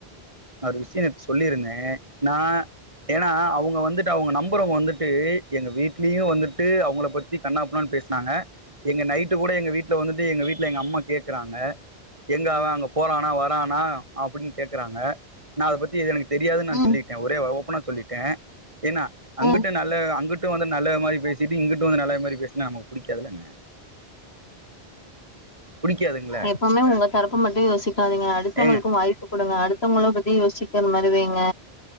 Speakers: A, on the right; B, on the left.
A: நா ஒரு விஷய நேத்து சொல்லிருந்தே நா ஏன்னா அவங்க வந்துட்டு அவங்க நம்பற வந்துட்டு எங்க வீட்லயு வந்துட்டு அவங்கள பத் தி கண்ணா பின்னான் பேசினாங்க எங்க நைட்டு கூட எங்க வீட்ல வந்துட்டு எங்க வீட்ல எங்க அம்மா கேக்குறாங்க எங்க அவன் அங்க போறானா வரானா அப்படின் கேக்குறாங்க நா அத பத்தி எனக்கு தெரியாதுன் நா
B: ம்
A: சொல்லி ஒரே ஓப்பனா சொல்லிட்ட ஏன்னா அங்குட்டு
B: ம்
A: நல்ல அங்குட்டு வந்து நல்லவ மாரி பேசிட்டு இங்கிட்டு வந்து நல்ல மாரி பேசுனா நமக்கு புடிக்காதுலங்க புடிக்காதுங்கள
B: எப்பவுமே உங்க தரப்ப மட்டு யோசிக்காதீங்க அடுத்தவங்களுக்கு
A: ஏங்க
B: வாய்ப்பு குடுங்க அடுத்தவங்கள பத்தி யோசிக்காத மாரி வைங்க